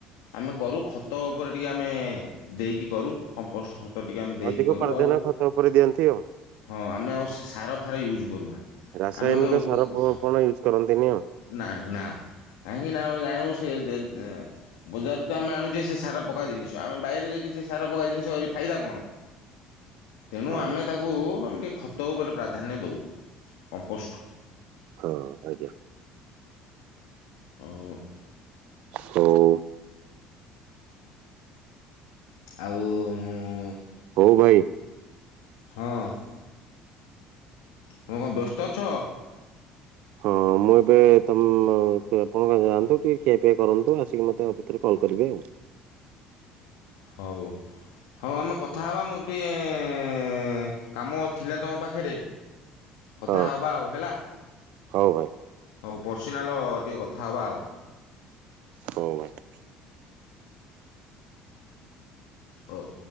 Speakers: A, on the left; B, on the right.
A: ଆମେ କରୁ ଖତ ଓପରେ ଟିକେ ଆମେ ଦେଇକି କରୁ କମ୍ପୋଷ୍ଟ ଖତ ଟିକେ ଆମେ ଦେଇକି
B: ଅଧିକ
A: କରୁ
B: ପ୍ରାଧାନ୍ୟ
A: ଆଉ
B: ଖତ ଉପରେ ଦିଅନ୍ତି ଆଉ।
A: ହଁ ଆମେ ଆଉ ସେ ସାର ଫାର ୟୁଜ୍ କରୁନା
B: ରାସାୟନିକ
A: ଆମେ କହିବୁ
B: ସାର
A: ଏ
B: ପ
A: ଘରୁ
B: ଆପଣ ୟୁଜ କରନ୍ତିନି ଆଉ।
A: ନାଇ ନା କାହିଁକିନା ଆମେ ଜାଣିମୁ ସିଏ ଦେ ଏଁ ବଜାରରୁ ତ ଆମେ ଆଣୁ ଯେ ସେ ସାର ପକା ଜିନିଷ ଆମେ ବାଇରେ ଯଦି ସେଇ ସାରା ପକା ଜିନିଷ କରି ଫାଇଦା କଣ? ତେଣୁ
B: ହଁ
A: ଆମେ ତାକୁ ଆମ ଟିକେ ଖତ ଓପରେ ପ୍ରାଧାନ୍ୟ ଦୋଉ କମ୍ପୋଷ୍ଟ।
B: ହଁ ଆଜ୍ଞା।
A: ଆଉ
B: ହୋଉ।
A: ଆଉ ଉଁ
B: ହୋଉ ଭାଇ।
A: ହଁ। ତମେ କଣ ବ୍ୟସ୍ତ ଅଛ?
B: ହଁ ମୁଁ ଏବେ ତମ କି ଆପଣଙ୍କ ଯାଆନ୍ତୁ ଟିକେ ଖିଆପିଆ କରନ୍ତୁ ଆସିକି ମତେ ଆ ଭିତରେ କଲ୍ କରିବେ ଆଉ।
A: ହୋଉ। ହଁ ଆମେ କଥା ହବା ମୋର ଟିକେ କାମ ଥିଲା ତମ ପାଖରେ। କଥା
B: ହଁ
A: ହବା ଆଉ ହେଲା।
B: ହଉ ଭାଇ
A: ହୋଉ ପର୍ସିନାଲ ଟିକେ କଥା ହବା ଆଉ।
B: ହୋଉ ହବା।
A: ହୋଉ।